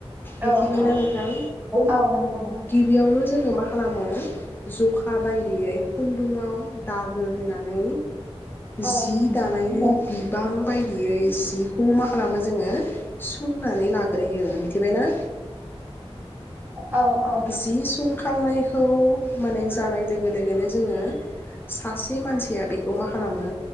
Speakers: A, on the right (about 20°); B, on the left (about 20°).
A: औ
B: मिथिबायना
A: औ
B: नोंथां
A: औ नोंथां औ
B: गिबियावनो जोङो मा खालामो जखा बायदियै खुन्दुङाव दागो होनानै
A: औ
B: जि दानायनि
A: औ
B: बिबां बायदियै सि खौ मा खालामो जोङो सुंनानै लाग्रोयो मिथिबायना?
A: औ औ
B: जि सुंखांनायखौ माने जानाय लोगो लोगो लोगोनो जोङो सासे मानसिया बेखौ मा खालामो